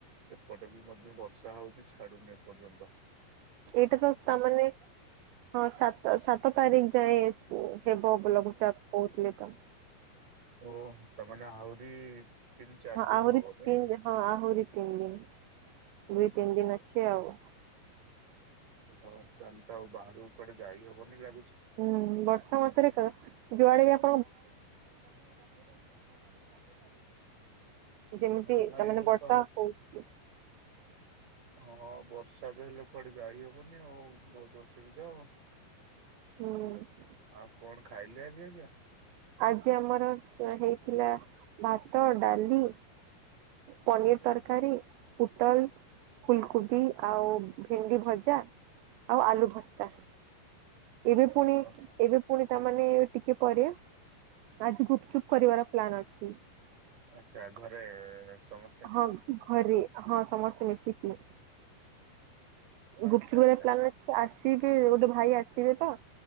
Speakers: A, on the right (about 40°); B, on the right (about 85°).
A: ଏପଟେ ବି ମଧ୍ୟ ବର୍ଷା ହଉଛି ଛାଡୁନି ଏ ପର୍ଯ୍ୟନ୍ତ।
B: ଏଇଟା ତ ସ୍ତାମାନେ ହଁ ସାତ ସାତ ତାରିଖ ଯାଏଁ ହେବ ଲଘୁଚାପ କହୁଥିଲେ ତ।
A: ଓ ତମାନେ ଆହୁରି ତିନି ଚାରି ଦିନ
B: ଆହୁରି
A: ହବ ନାଇଁ
B: ତିନି ହଁ ଆହୁରି ତିନି ଦିନ
A: ଓ
B: ଦୁଇ
A: ମାଇଁ
B: ତିନି ଦିନ ଅଛି ଆଉ।
A: ଓହୋ ତାହାନେ ତ ଆଉ ବାହାରକୁ କୁଆଡେ ଯାଇ ହବନି ଲାଗୁଛି।
B: ହୁଁ ବର୍ଷା ମାସରେ କ ଯୁଆଡେବି ଆ <inaudible> ଯେମିତି
A: ହଁ ନାଇଁ
B: ତା ମାନେ ବର୍ଷା
A: ବା
B: ହଉଚି।
A: ହଁ, ବର୍ଷା ବି ହେଲେ କୁଆଡ଼େ ଯାଇ ହେବନି ଆଉ। ବହୁତୁ ଅସୁବିଧା
B: <inaudible>
A: ଆଉ କ'ଣ ଖାଇଲେ ଆଜି ଆଜ୍ଞା?
B: ଆଜି ଆମର ହେଇଥିଲା ଭାତ, ଡ଼ାଲି। ପନିର୍ ତର୍କାରୀ, ପୁଟଲ୍ ଫୁଲ୍ କୁବି ଆଉ ଭେଣ୍ଡି ଭଜା ଆଉ ଆଲୁ ଭର୍ତା। ଏବେ ପୁଣି
A: ଓହୋ
B: ଏବେ ପୁଣି ତା' ମାନେ ଟିକେ ପରେ ଆଜି ଗୁପ୍ ଚୁପ୍ କରିବାର ପ୍ଲାନ୍ ଅଛି।
A: ଆଚା, ଘରେ ସମ
B: ହଁ ଘରେ, ହଁ ସମସ୍ତେ ମିଶିକି
A: ଆଚ୍ଛା
B: ଗୁପ୍ଚୁପ୍ କରିବା
A: ଆଚ୍ଛା
B: ପ୍ଲାନ୍, ଆସିବେ ଗୋଟେ ଭାଇ ଆସିବେ ପା।